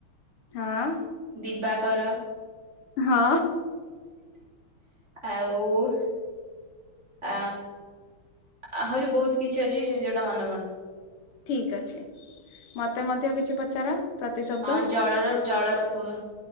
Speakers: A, on the left; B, on the right.
A: ହଁ।
B: ଦିବାକର।
A: ହଁ।
B: ଆଉ ଆ ଆହୁରି ବହୁତ କିଛି ଅଛି ଯୋଉଟା ମନେ ପଡୁନି।
A: ଠିକ ଅଛି ମତେ ମଧ୍ୟ କିଛି ପଚାର। ପ୍ରତିଶବ୍ଦ
B: ହଁ ଜଳର ଜଳର କୁହ।